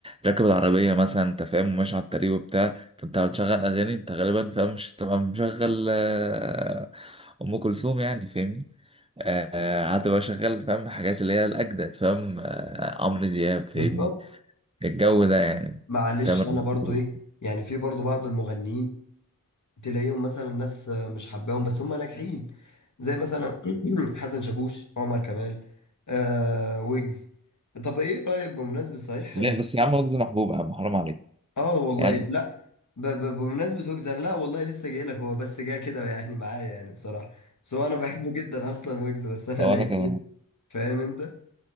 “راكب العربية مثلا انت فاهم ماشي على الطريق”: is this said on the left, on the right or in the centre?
Right